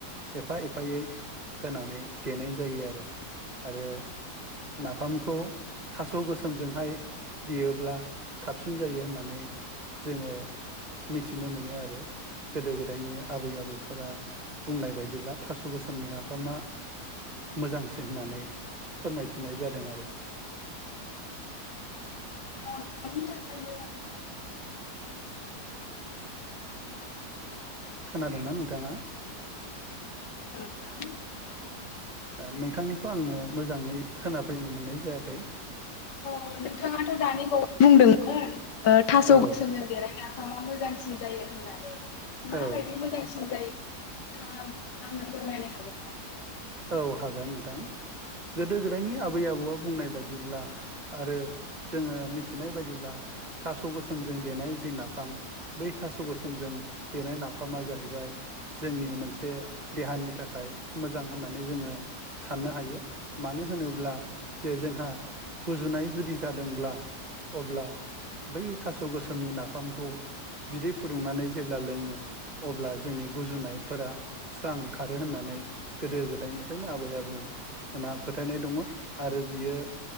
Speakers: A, on the right; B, on the left.
A: एफा एफायै होनानै देनाय जायो आरो आरो नाफामखौ थास' गोसोमजोंहाय देयोब्ला साबसिन जायो होननानै जोङो मिथिनो मोनो आरो गोदो गोदायनि आबै आबौफोरा बुंनाय बायदिब्ला थास' गोसोमनि नाफामा मोजांसिन होननानै फोरमायथिनाय जादों आरो।
B: ओ मानि थाखाय मोजां?
A: खोनादोंना नोंथाङा?
B: <unintelligible>
A: नोंथांनिखौ आंनो मोजाङै खोनाफैनो मोननाय जायाखै।
B: अ नोंथाङाथ' दानि बावै बुंदोंमोन ओ थास'
A: औ
B: गोसोमजों देनाय नाफामा मोजांसिन जायो होननानै
A: औ
B: माबायदि मोजांसिन जायो? नोंथाङा आंनो फोरमायनो हागोन ना?
A: औ हागोन नोंथां गोदो गोदायनि आबै आबौआ बुंनाय बायदिब्ला आरो जोङो मिथिनाय बायदिब्ला थास' गोसोमजों देनाय जि नाफाम बै थास' गोसोमजों देनाय नाफामा जाहैबाय जोंनि मोनसे देहानि थाखाय मोजां होननानै जोङो साननो हायो मानो होनोब्ला जे जोंहा गुजुनाय जुदि जादोंब्ला अब्ला बै थास' गोसोमनि नाफामखौ बिदै फुदुंनानै जेब्ला लोङो अब्ला जोंनि गुजुनायफोरा स्रां खारो होननानै गोदो गोदायनिफ्रायनो आबै आबौमोनहा फोथायनाय दङ' आरो बियो